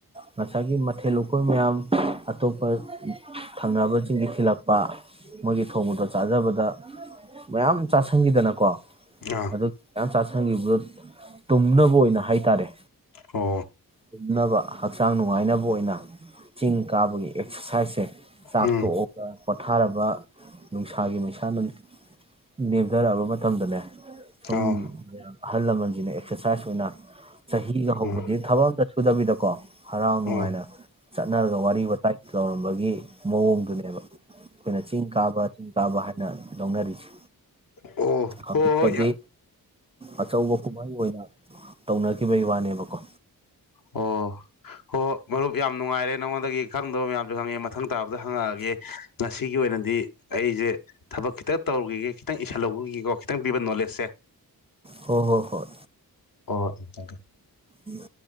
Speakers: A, on the right; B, on the left.
A: ꯉꯁꯥꯏꯒꯤ ꯃꯊꯦꯜ ꯂꯨꯀꯣꯏ ꯃꯌꯥꯝ ꯑꯇꯣꯞꯄ ꯊꯪꯅꯕꯁꯤꯡꯒꯤ ꯊꯤꯜꯂꯛꯄ ꯃꯣꯏꯒꯤ ꯊꯣꯡꯕꯗꯣ ꯆꯥꯖꯕꯗ ꯃꯌꯥꯝ ꯆꯥꯥꯁꯟꯈꯤꯗꯅꯀꯣ
B: ꯑꯥ
A: ꯑꯗꯨꯒꯤ ꯃꯌꯥꯝ ꯆꯥꯥꯁꯟꯈꯤꯕꯗꯣ ꯇꯨꯝꯅꯕ ꯑꯣꯏꯅ ꯍꯥꯏꯇꯥꯔꯦ
B: ꯑꯣ
A: ꯇꯨꯝꯅꯕ ꯍꯛꯆꯥꯡ ꯅꯨꯡꯉꯥꯏꯅꯕ ꯑꯣꯏꯅ ꯆꯤꯡ ꯀꯥꯕꯒꯤ ꯑꯦꯛꯁꯔꯁꯥꯏꯖꯁꯦ ꯆꯥꯛ
B: ꯎꯝ
A: ꯇꯣꯛꯑꯒ ꯄꯣꯊꯥꯔꯕ ꯅꯨꯡꯁꯥꯒꯤ ꯃꯩꯁꯥꯅ ꯅꯦꯝꯊꯔꯛꯑꯕ ꯃꯇꯝꯗꯅꯦ ꯊꯝ
B: ꯑꯥꯎ
A: ꯑꯍꯜ ꯂꯃꯟꯁꯤꯅ ꯑꯦꯛꯁꯔꯁꯥꯏꯁ ꯑꯣꯏꯅ ꯆꯍꯤꯒ ꯍꯧꯕꯗꯤ
B: ꯎꯝ
A: ꯊꯕꯛ ꯑꯝꯇ ꯁꯨꯗꯕꯤꯗꯀꯣ ꯍꯔꯥꯎ ꯅꯨꯡꯉꯥꯏꯅ
B: ꯑꯣ ꯑꯣ
A: ꯆꯠꯅꯔꯒ ꯋꯥꯔꯤ ꯋꯥꯇꯥꯏ ꯇꯧꯔꯝꯕꯒꯤ ꯃꯑꯣꯡꯗꯨꯅꯦꯕ ꯑꯩꯈꯣꯏꯅ ꯆꯤꯡ ꯀꯥꯕ ꯆꯤꯡ ꯀꯥꯕ ꯍꯥꯏꯅ ꯂꯧꯅꯔꯤꯁꯦ
B: ꯍꯣꯏ
A: ꯍꯧꯖꯤꯛꯇꯗꯤ
B: ꯍꯣꯏ
A: ꯑꯆꯧꯕ ꯀꯨꯝꯍꯩ ꯑꯣꯏꯅ ꯇꯧꯅꯈꯤꯕꯒꯤ ꯋꯥꯅꯦꯕꯀꯣ
B: ꯑꯣ ꯍꯣꯏ ꯃꯔꯨꯞ ꯌꯥꯝ ꯅꯨꯡꯉꯥꯏꯔꯦ ꯅꯉꯣꯟꯗꯒꯤ ꯈꯪꯗꯕ ꯃꯌꯥꯝꯁꯨ ꯈꯪꯉꯛꯑꯦ ꯃꯊꯪ ꯇꯥꯕꯗ ꯍꯪꯉꯛꯑꯒꯦ ꯉꯁꯤꯒꯤ ꯑꯣꯏꯅꯗꯤ ꯑꯩꯁꯦ ꯊꯕꯛ ꯈꯤꯇꯪ ꯇꯧꯔꯨꯈꯤꯒꯦ ꯈꯤꯇꯪ ꯏꯁꯤꯟꯍꯧꯕꯈꯤꯒꯀꯣ ꯈꯤꯇꯪ ꯄꯤꯕ ꯅꯣꯂꯦꯖꯁꯦ
A: ꯍꯣꯏ ꯍꯣꯏ ꯍꯣꯏ
B: ꯑꯣ ꯊꯦꯡ
A: ꯎꯝ